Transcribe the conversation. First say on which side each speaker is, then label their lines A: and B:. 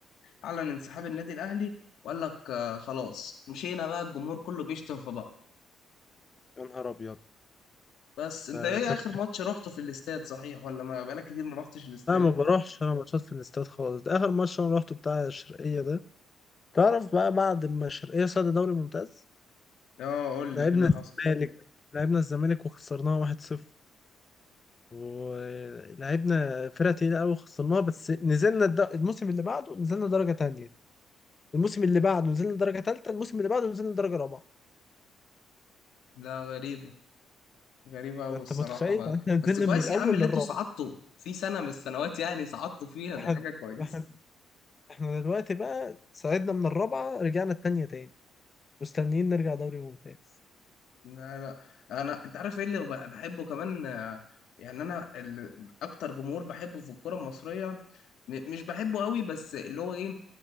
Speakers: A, on the left; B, on the left.
A: اعلن انسحاب النادي الاهلي وقال لك آه، خلاص مشينا بقى الجمهور كله بيشتم في بعض
B: يا نهار ابيض
A: بس انت
B: ده
A: ايه
B: كانت
A: اخر ماتش رحته في الاستاد صحيح ولا ما بقالك كتير ما رحتش الاستاد
B: انا ما بروحش انا ماتشات في الاستاد خالص ده اخر ماتش انا روحته بتاع الشرقية ده تعرف بقى بعد ما الشرقية صعد دوري ممتاز
A: اه قول لي
B: لعبنا
A: ايه اللي حصل
B: الزمالك لعبنا الزمالك وخسرناها 1-0 ولعبنا فرقة تقيلة أوي وخسرناها بس نزلنا الد... الموسم اللي بعده نزلنا درجة تانية الموسم اللي بعده نزلنا درجة تالتة الموسم اللي بعده نزلنا درجة رابعة
A: لا غريب غريبة أوي
B: ده أنت
A: الصراحة
B: متخيل
A: بقى.
B: <laughs> احنا نزلنا
A: بس كويس
B: من الأول
A: يا عم اللي
B: للرابعة
A: انتوا صعدتوا في سنة من السنوات يعني صعدتوا فيها دي
B: احنا
A: حاجة كويسة
B: احنا احنا دلوقتي بقى صعدنا من الرابعة رجعنا التانية تاني مستنيين نرجع دوري ممتاز
A: لا لا أنا أنت عارف إيه اللي ب- بحبه كمان آه، يعني أنا ال- أكتر جمهور بحبه في الكرة المصرية م- مش بحبه قوي بس اللي هو إيه